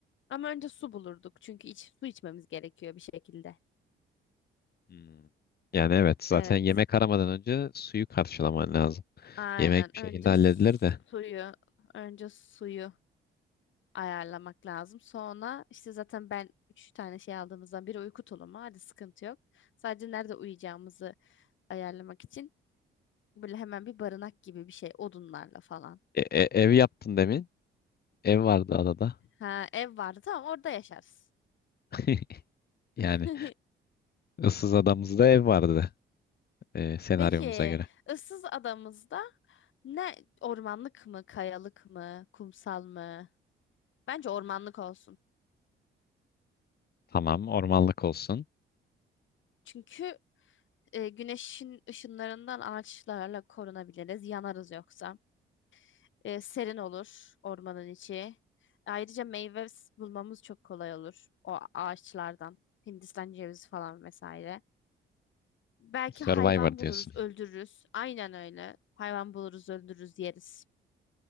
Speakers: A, on the left; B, on the left.
A: Ama önce su bulurduk. Çünkü iç, su içmemiz gerekiyor bir şekilde.
B: Hmm. Yani evet zaten
A: Evet.
B: yemek aramadan önce suyu karşılaman lazım.
A: Aynen.
B: Yemek bir
A: Önce
B: şekilde halledilir
A: suyu,
B: de.
A: önce suyu ayarlamak lazım. Sonra işte zaten ben üç tane şey aldığımızdan biri uyku tulumu. Hadi sıkıntı yok. Sadece nerede uyuyacağımızı ayarlamak için Böyle hemen bir barınak gibi bir şey odunlarla falan.
B: E- e- ev yaptın demin. Ev vardı adada.
A: Ha ev vardı tamam orada yaşarız.
B: <laughs> Yani
A: <laughs>
B: ıssız adamızda ev vardı e, senaryomuza
A: Peki
B: göre.
A: ıssız adamızda ne ormanlık mı kayalık mı kumsal mı? Bence ormanlık olsun.
B: Tamam ormanlık olsun.
A: Çünkü e, güneşin ışınlarından ağaçlarla korunabiliriz yanarız yoksa. E, serin olur ormanın içi. Ayrıca meyve s- bulmamız çok kolay olur o ağaçlardan. Hindistan cevizi falan vesaire. Belki
B: Survivor
A: hayvan buluruz,
B: diyorsun.
A: öldürürüz. Aynen öyle. Hayvan buluruz, öldürürüz, yeriz.